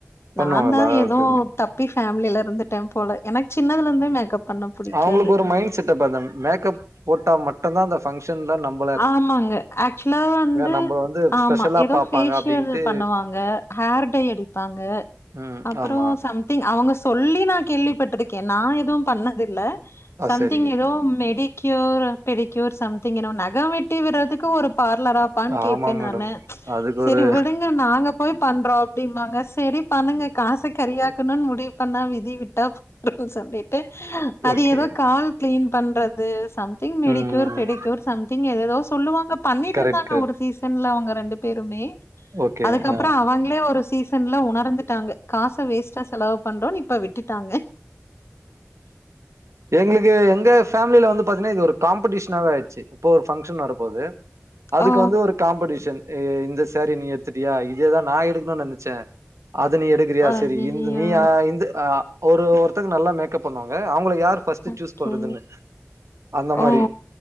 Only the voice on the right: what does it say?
பண்ணுவாங்களா
ஓகே
அவுங்களுக்கு ஒரு மைண்ட் செட் அப்பதாங் மேக்கப் போட்டா மட்டு தா அந்த ஃபங்க்ஷன்ல நம்
நம்பள வந்து ஸ்பெஷலா
பாப்பாங்க
அப்டின்ட்டு
ம்
ஆம்மா
ஆ
செரி
ஆமா மேடம்
அதுக்கு
ஒரு
ஓகே
ம்
கரெக்ட் கரெக்ட்
ஓகே
ஆ
எங்களுக்கு எங்க ஃபேமிலில வந்து பாத்தீங்கன்னா இது ஒரு காம்ப்டீஷனாவே ஆயிடுச்சு இப்ப ஒரு பங்க்ஷன் வரப்போது அதுக்கு
வந்து ஒரு காம்படீஷன் இந்த சேரி நீ எடுத்துட்டியா இதேதா நா எடுக்கணும்னு நினைச்சே அத நீ எடு க்குறியா
சரி இந்த நீ இந்த ஒரு ஒர்த்தங்க நல்லா மேக்கப் பண்ணுவாங்க அவங்கள யார் ஃபஸ்ட்டு
சூஸ் பண்றதுன்னு அந்த மாரி